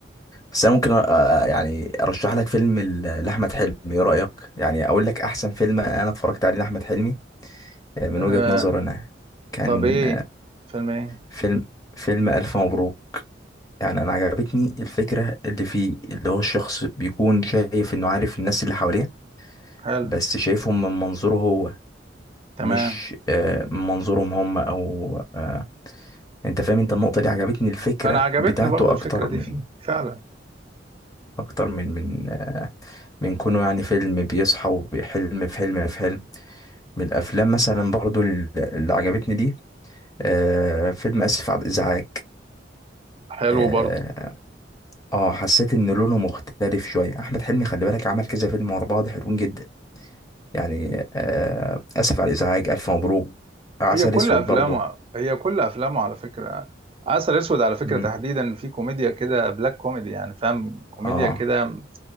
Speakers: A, on the left; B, on the right.
A: بس انا ممكن أ- أ- يعني ارشح لك فيلم ل- لاحمد حلمي ايه رايك يعني اقول لك احسن فيلم انا اتفرجت عليه لاحمد حلمي آه، من
B: أه
A: وجهة نظري انا كان
B: طب ايه فيلم ايه
A: فيلم فيلم الف مبروك يعني انا عجبتني الفكره اللي فيه اللي هو الشخص بيكون شايف انه عارف الناس اللي حواليه
B: حلو
A: بس شايفهم من منظوره هو
B: تمام
A: مش آه، من منظورهم هم او آه، انت فاهم انت النقطه دي عجبتني الفكره
B: انا عجبتني
A: بتاعته
B: برضو
A: اكتر
B: الفكره دي
A: من
B: فيه فعلا
A: اكتر من من آه، من كونه يعني فيلم بيصحى وحلم في حلم في حلم من الافلام مثلا برضو ال- اللي عجبتني دي آه فيلم اسف على الازعاج
B: حلو
A: اه
B: برضو
A: آه، حسيت ان لونه مختلف شويه احمد حلمي خلي بالك عمل كذا فيلم ورا بعض حلوين جدا يعني آه اسف على الازعاج الف مبروك عسل
B: هي كل
A: اسود
B: افلامه
A: برضو
B: هي كل افلامه على فكره عسل اسود على فكره
A: مم.
B: تحديدا في كوميديا كده بلاك كوميدي يعني فاهم كوميديا
A: اه
B: كده